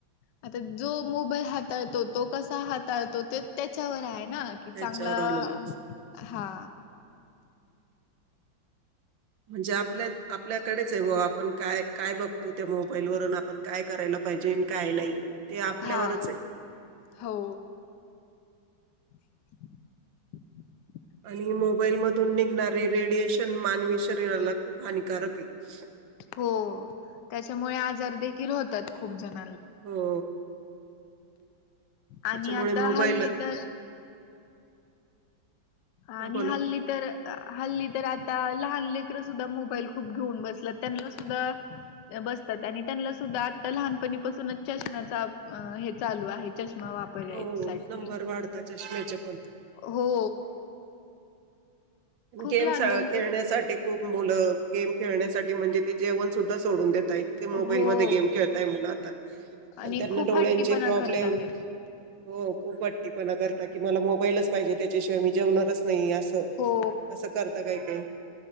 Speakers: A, on the left (about 70°); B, on the right (about 75°).
A: आता जो मोबाईल हाताळतो तो कसा हाताळतो ते त्याच्यावर आहे कि
B: त्याच्यावर
A: चांगलं
B: अवलंबून
A: हा
B: म्हणजे आपल्या आपल्याकडेच आहे भा आपण काय काय बघतो त्या मोबाईल वरुन आपण काय करायला पाहिजे काय नाही ते आपल्यावरच
A: हा
B: आहे
A: हो <inaudible>
B: आणि मोबाईल मधून निघणारे रेडिएशन मानवी शरीराला खूप हानिकारक आहे
A: हो त्याच्यामुळे आजार देखील होतात खूप जण
B: हो त्याच्यामुळे
A: आणि आता
B: मोबाईल
A: हल्ली तर
B: हा
A: आणि
B: बोला
A: हल्ली तर हल्ली तर आ लहान लेकर सुधा मोबाईल खूप घेऊन बस त्यांना सुधा बसतात त्यां आता लहानपणी पासूनच चष्म्याचा हे चालू आहे चष् वापरयसाठी
B: हो नंबर वाढता चष्म्याचे पण
A: हो खूप
B: गेमस
A: लहानपणीपासून
B: खेळण्यासाठी खूप मुलं गेम खेळण्यासाठी म्हणजे ते जेवण सुद्धा सोडून देत इतके मोबाईल
A: हो
B: म गेम खेळताय मुल आता
A: आणि
B: त्यांना
A: खूप
B: डोळ्यांचे
A: हट्टीपणा
B: प्रॉब्लेम
A: करतात ते
B: हो खूप वाटीपणा करता की मला मोबाईलच पाहिजे त्याच्याशिवाय मी जेवणारच नाही असं
A: हो
B: असं करता काही काही